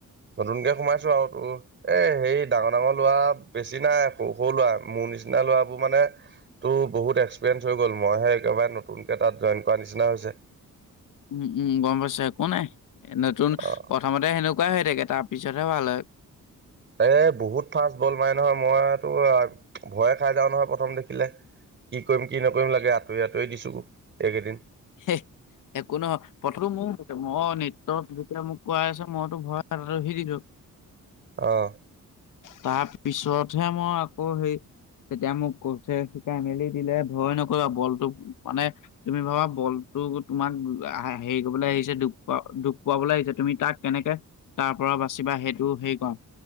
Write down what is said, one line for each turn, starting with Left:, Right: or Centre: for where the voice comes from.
Right: নতুনকে সোমাইছো আৰু তোৰ এ হেৰী ডাঙৰ ডাঙৰ ল'ৰা বেছি নাই, সৰু সৰু ল'ৰা মোৰ নিচিনা ল'ৰাবোৰ মানে তোৰ বহুত এক্সপিৰিয়েঞ্চ হৈ গ'ল মইহে একেবাৰে নতুনকৈ তাত জইন কৰা নিচিনা হৈছে।
Left: উম-উম গম পাইছো একো নাই, নতুন
Right: অ
Left: প্ৰথমতে সেনেকুৱাই হৈ থাকে তাৰ পিছতহে ভাল হয়।
Right: এ বহুত ফাষ্ট বল মাৰে নহয় ময়ে তোৰ ভয়ে খাই যাওঁ নহয়, প্ৰথম দেখিলে। কি কৰিম, কি নকৰিম লাগে আঁতৰি-আঁতৰি দিছো। এইকেইদিন
Left: হেহ একো নহয়। প্ৰথমে ময়ো ভয়, মই নেটত যেতিয়া মোক কোৱা হৈছে, মইতো ভয়ত ৰখি দিলো
Right: অহ'।
Left: তাৰপিছতহে মই আকৌ হেৰি তেতিয়া মোক কোচে শিকাই মেলি দিলে, ভয় নকৰিবা বলটোক মানে তুমি ভাবা বলটো তোমাক আ, হেৰি কৰিবলৈ আহিছে দু-দুখ পোৱাবলৈ আহিছে তুমি তাক কেনেকে তাৰ পৰা বাচিবা সেইটো হেৰি কৰা,